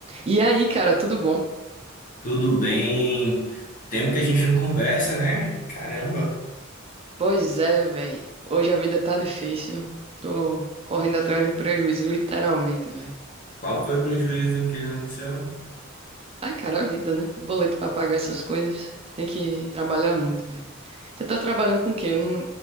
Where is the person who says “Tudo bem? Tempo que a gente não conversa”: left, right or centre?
Left